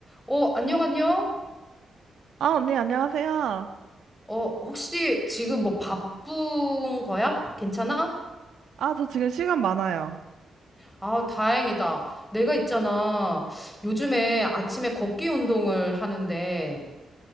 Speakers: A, in the centre; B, on the right.
A: 어, 안녕, 안녕.
B: 아, 언니, 안녕하세요.
A: 어, 혹시 지금 뭐 바쁜 거야? 괜찮아?
B: 아, 저 지금 시간 많아요.
A: 아, 다행이다. 내가 있잖아. 요즘에 아침에 걷기 운동을 하는데